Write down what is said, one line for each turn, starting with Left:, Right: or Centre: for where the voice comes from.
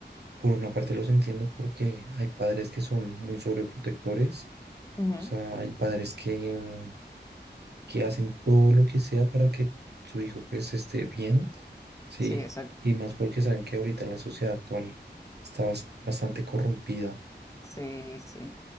Right: por una parte los entiendo porque hay padres que son muy sobreprotectores,
Left: Ujú,
Right: o sea, hay padres que, mm, que hacen todo lo que sea para que su hijo pues esté bien, ¿sí?
Left: Sí, exacto.
Right: Y más porque saben que ahorita la sociedad actual está bas- bastante corrompida.
Left: Sí, sí.